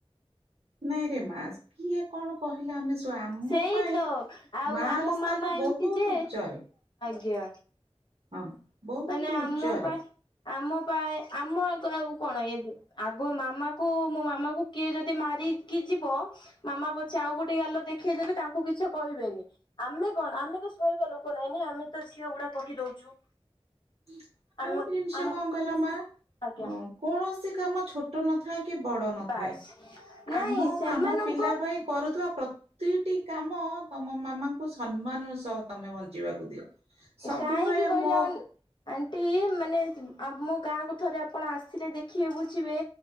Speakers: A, on the right (about 80°); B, on the left (about 45°).
A: ନାଇଁ ରେ ମା କିଏ କଣ କହିଲା ଆମେ ଶୋ ଆମ
B: ସେଇ
A: ପାଇଁ
B: ତ ଆଉ
A: ମାର
B: ଆମ
A: ସ୍ଥାନ
B: ମାମା ଏମିତି
A: ବହୁତ
B: ଯେ
A: ଉଚ୍ଚରେ।
B: ଆଜ୍ଞା।
A: ହଁ। ବହୁତ
B: ମାନେ ଆମ
A: ଉଚ୍ଚରେ
B: ପା ଆମ ପାଇଁ ଆମ ଆଉ କଣ ଏଜ୍ ଆଗ ମାମା କୁ ମୋ ମାମା କୁ କିଏ ଯଦି ମାରି କି କି ଯିବ ମାମା ପଛେ ଆଉ ଗୋଟେ ଗାଲ ଦେଖେଇଦେବେ କାହାକୁ କିଛି କହିବେନି ଆମେ କଣ ଆମେ ତ ସହିବା ଲୋକ ନାଇଁ ନା ଆମେ ତ ଝିଅ ଗୁଡା କହିଦଉଛୁ?
A: ଆଉ
B: ଆମ
A: ଗୋଟେ ଜିନିଷ
B: ଆମ
A: କଣ କଲ ମା ଅ
B: ଆଜ୍ଞା
A: କୌଣସି କାମ ଛୋଟ ନଥାଏ କି ବଡ ନଥାଏ
B: ବାସ୍ ନାଇଁ
A: ଆମ
B: ସେମାନଙ୍କ
A: ଆମ ପିଲା ପାଇଁ କରୁଥିବା ପ୍ରତ୍ ପ୍ରତିଟି କାମ ତମ ମାମା ଙ୍କୁ ସମ୍ମାନ ର ସହ ତମେ ବଞ୍ଚିବାକୁ ଦିଅ। ସବୁବେଳେ
B: କାହିଁକି କହିଲା
A: ମୋ
B: ଅନ୍ ଆଣ୍ଟି ମାନେ ଆ ମୋ ଗାଁକୁ ଥରେ ଆପଣ ଆସିଲେ ଦେଖିବେ ବୁଝିବେ